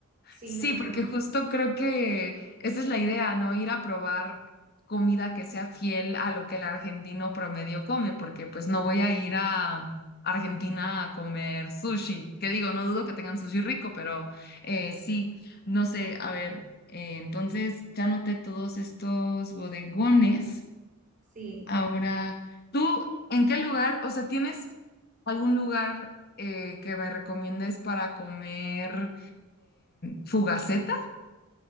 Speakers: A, on the right; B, on the left.
A: Sí,
B: Sí,
A: no, no,
B: porque
A: no.
B: justo creo que esa es la idea, ¿no? Ir a probar comida que sea fiel a lo que el argentino promedio come, porque pues no voy a ir a Argentina a comer sushi, que digo, no dudo que tengan sushi rico, pero eh, sí, no sé, a ver, eh, entonces ya noté todos estos bodegones.
A: Sí,
B: Ahora, ¿tú en qué lugar, o sea, tienes algún lugar eh, que me recomiendes para comer? fugacetas